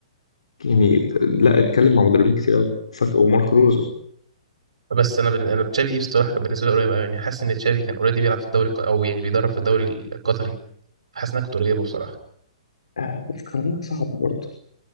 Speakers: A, on the left (about 75°); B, on the right (about 75°).
A: يعني لا اتكلم مع مدربين كتير قوي وفاك ومارك روزا
B: بس انا بن... انا تشافي دي بصراحه كانت بالنسبه لي قريبه أوي، يعني حاسس ان تشافي كان اوريدي بيلعب في الدوري الق- او يعني بيدرب في الدوري القطري فحاسس انها كانت قريبه بصراحه
A: آه، بس خلي بالك صعب برضه